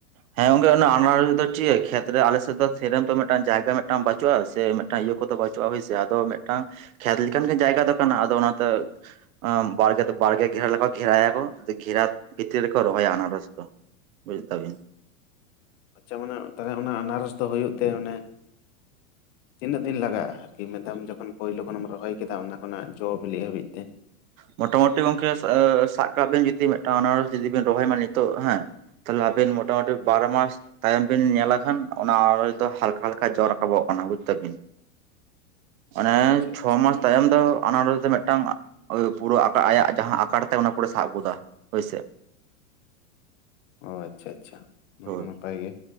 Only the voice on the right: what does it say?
ᱦ <inaudible> ᱦᱮᱸ ᱜᱚᱝᱜᱮ ᱚᱱᱟ ᱟᱱᱟᱨᱚᱥ ᱫᱚ ᱪᱮᱜ ᱠᱷᱮᱛ ᱨᱮ ᱟᱞᱮᱥᱮᱫ ᱫᱚ ᱥᱮᱨᱚᱢ ᱫᱚ ᱢᱤᱫᱴᱟᱝ ᱡᱟᱭᱜᱟ ᱢᱤᱫᱴᱟᱝ ᱵᱟᱪᱩᱜᱼᱟ ᱥᱮ ᱢᱤᱫᱴᱟᱝ ᱤᱭᱟᱹ ᱠᱚᱫᱚ ᱵᱟᱪ ᱪᱩᱼᱟ ᱦᱳᱭᱥᱮ ᱟᱫᱚ ᱢᱤᱫᱴᱟᱝ ᱠᱷᱮᱛ ᱞᱮᱠᱟᱱ ᱜᱮ ᱡᱟᱭᱜᱟ ᱫᱚ ᱠᱟᱱᱟ ᱟᱫᱚ ᱚᱱᱟᱛᱮ ᱟᱜ ᱵᱟᱲᱜᱮ ᱫᱚ ᱵᱟᱲᱜᱮ ᱜᱷᱨᱟ ᱞᱮᱠᱟ ᱜᱷᱮᱨᱟᱭᱟᱠᱚ ᱜᱷᱮᱨᱟ ᱵᱷᱤᱛᱤᱨ ᱨᱮᱠᱚ ᱨᱚᱦᱚᱭᱟ ᱟᱱᱟᱨᱚᱥ ᱫᱚ ᱵᱩᱡ ᱫᱟᱵᱤᱱ
ᱢᱳᱚᱴᱟ ᱢᱩᱴᱤ ᱜᱚᱝᱠᱮᱸ ᱥᱟ ᱥᱟᱵ ᱠᱟᱜ ᱵᱤᱱ ᱡᱩᱫᱤ ᱢᱤᱫᱴᱟᱝ ᱟᱱᱟᱨᱚᱥ ᱡᱩᱫᱤ ᱵᱤᱱ ᱨᱚᱦᱚᱭ ᱢᱟ ᱱᱤᱛᱚᱜ ᱦᱮᱸ ᱛᱟᱦᱠᱮ ᱟᱵᱮᱱ ᱢᱚᱴᱟ ᱢᱩᱴᱤ ᱵᱟᱨ ᱢᱟᱥ ᱛᱟᱭᱚᱢ ᱵᱤᱱ ᱧᱮᱞᱟ ᱠᱷᱟᱱ ᱚᱱᱟ ᱟᱱᱟᱨᱚᱫ ᱫᱚ ᱦᱟᱞᱠᱟ ᱦᱟᱞᱠᱟ ᱡᱚ ᱨᱟᱠᱟᱵᱚᱜ ᱠᱟᱱᱟ ᱵᱩᱡ ᱫᱟᱹᱵᱤᱱ ᱢᱟᱱᱮ
ᱪᱷᱚ
ᱢᱟᱥ ᱛᱟᱭᱚᱢ ᱫᱚ ᱟᱱᱟᱨᱚᱥ ᱫᱚ ᱢᱤᱫᱴᱟᱝ ᱳ ᱯᱩᱨᱟᱹ ᱟᱭᱟᱜ ᱡᱟᱦᱟᱸ ᱟᱠᱟᱨ ᱛᱟᱭ ᱚᱱᱟ ᱯᱩᱨᱮ ᱥᱟᱵ ᱜᱚᱫᱟ ᱦᱳᱭᱥᱮ
ᱦᱳᱭ